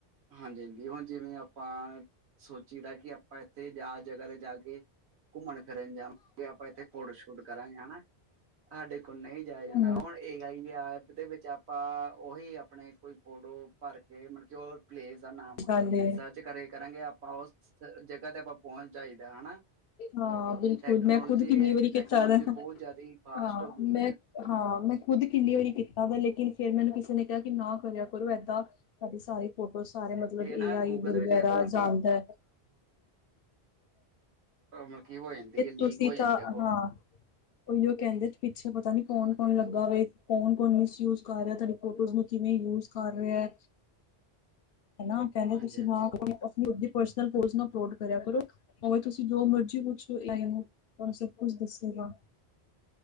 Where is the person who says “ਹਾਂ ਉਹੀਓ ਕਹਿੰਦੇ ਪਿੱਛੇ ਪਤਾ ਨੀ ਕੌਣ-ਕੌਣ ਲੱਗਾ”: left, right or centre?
Left